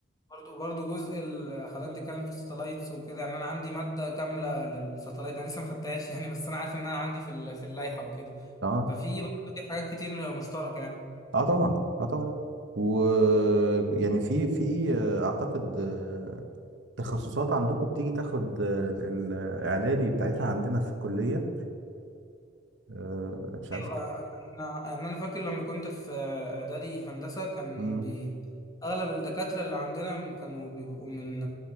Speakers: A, on the left; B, on the right.
A: برضه برضه جزء ال- حضرتك بتتكلم في الساتلايتس وكده يعني انا عندي مادة كاملة للساتلايت انا لسه ما خدتهاش <laughs> يعني بس انا عارف ان انا عندي في ال- في اللائحة وكده
B: اه
A: ففي برضه حاجات كتير مشتركة يعني
B: اه طبعا اه طبعا و يعني في في آه، اعتقد آه، تخصصات عندكم بتيجي تاخد آه، ال- الاعدادي بتاعتها عندنا في الكليه آه، مش عارف
A: انا احنا يعني انا فاكر لما كنت في اعدادي هندسه كان
B: امم
A: بي... اغلب الدكاتره اللي عندنا كانوا بيبقوا من